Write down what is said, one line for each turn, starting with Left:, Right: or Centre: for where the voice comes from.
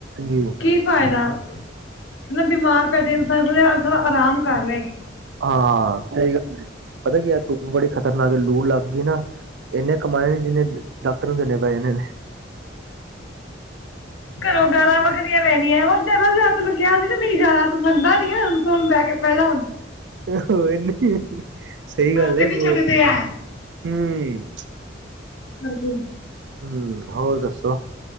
Right: ਜੀ
Left: ਕੀ ਫਾਇਦਾ ਮਤਲਬ ਬਿਮਾਰ ਪੈ ਜੇ ਇਨਸਾਨ ਥੋੜਾ ਅਰਾਮ ਕਰ ਲਏ।
Right: ਹਾਂ ਸਹੀ ਗੱਲ। ਪਤਾ ਕੀ ਆ ਧੁੱਪ ਬੜੀ ਖਤਰਨਾਕ ਆ ਲੂ ਲੱਗ ਗਈ ਨਾ ਇੰਨੇ ਕਮਾਏ ਨਹੀ ਜਿੰਨੇ। ਡਾਕਟਰ ਨੂੰ ਦੇਣੇ ਪਏ ਨੇ।
Left: ਘਰੋਂ ਗਾਂਲਾਂ। ਪੈਣੀਆਂਰ ਜਦਦਾਿਆ ਕਿਹਾ ਸੀ ਨਾ ਨਹੀਂ ਜ਼ਿਆਦਾ ਮੰਨਦਾ ਨੀ ਸੁਣ ਬਹਿ ਕੇ ਪਹਿਲਾਂ ਹੁਣ
Right: ਹਾਂਨੀੇ <inaudible> ਸਹੀ
Left: ਘਰ
Right: ਗੱਲ
Left: ਤੇ
Right: ਹੈ
Left: ਨਹੀਂ
Right: ਬ
Left: ਛੱਡਦੇ ਹੈ
Right: ਹਮ।
Left: ਹਾਂਜੀ
Right: ਹਮ ਹੋਰ ਦੱਸੋ?